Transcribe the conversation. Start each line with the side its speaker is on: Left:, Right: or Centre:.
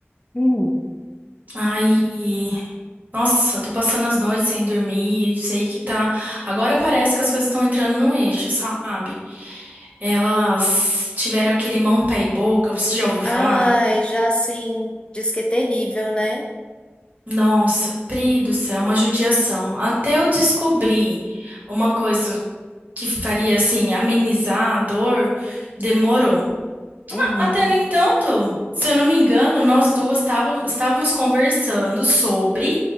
Left: Hum.
Right: Aí, nossa, eu tô passando as noites sem dormir, sei que tá. Agora parece que as coisas estão entrando no eixo, sabe? Elas tiveram aquele mão, pé e boca, você já ouviu falar?
Left: Ai, já assim, diz que é terrível, né?
Right: Nossa, Pri do céu, uma judiação. Até eu descobri uma coisa. que faria assim amenizar a dor, demorou.
Left: Uhum,
Right: Até no entanto, se eu não me engano, nós duas tava- estávamos conversando sobre